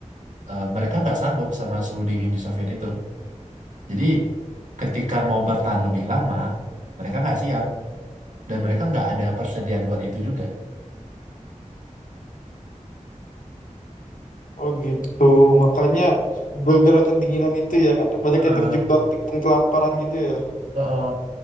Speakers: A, on the right; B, on the left.
A: eh, mereka nggak sanggup sama suhu dingin di Soviet itu. Jadi ketika mau bertahan lebih lama mereka nggak siap dan mereka nggak ada persediaan buat itu juga.
B: oh gitu makanya gara-gara kedinginan itu ya kata- banyak
A: Heeh,
B: yang terjebak di kelaparan gitu ya
A: heeh.